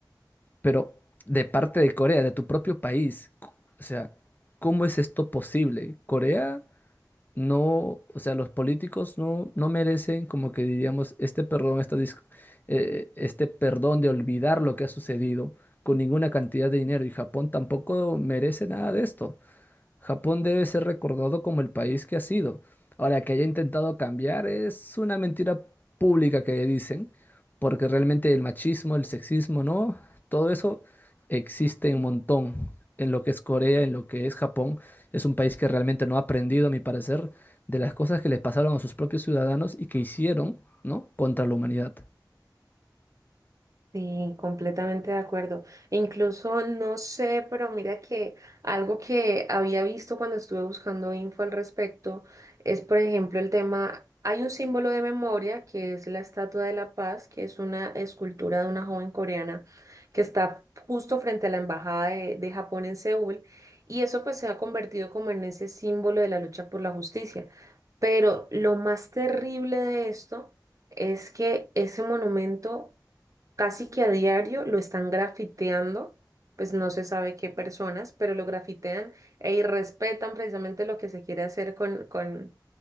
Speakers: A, on the left (about 25°); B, on the right (about 45°).
A: pero de parte de Corea, de tu propio país, c- o sea, ¿cómo es esto posible? Corea no, o sea, los políticos no, no merecen como que diríamos este perdón, esta dis- eh, este perdón de olvidar lo que ha sucedido con ninguna cantidad de dinero y Japón tampoco merece nada de esto. Japón debe ser recordado como el país que ha sido. Ahora, que haya intentado cambiar es una mentira pública que dicen, porque realmente el machismo, el sexismo, ¿no? Todo eso existe un montón en lo que es Corea, en lo que es Japón. Es un país que realmente no ha aprendido, a mi parecer, de las cosas que les pasaron a sus propios ciudadanos y que hicieron, ¿no? Contra la humanidad.
B: Sí, completamente de acuerdo. E Incluso no sé, pero mira que algo que había visto cuando estuve buscando info al respecto es, por ejemplo, el tema, hay un símbolo de memoria que es la Estatua de la Paz, que es una escultura de una joven coreana que está justo frente a la Embajada de, de Japón en Seúl y eso pues se ha convertido como en ese símbolo de la lucha por la justicia. Pero lo más terrible de esto es que ese monumento Casi que a diario lo están grafiteando, pues no se sabe qué personas, pero lo grafitean e irrespetan precisamente lo que se quiere hacer con, con,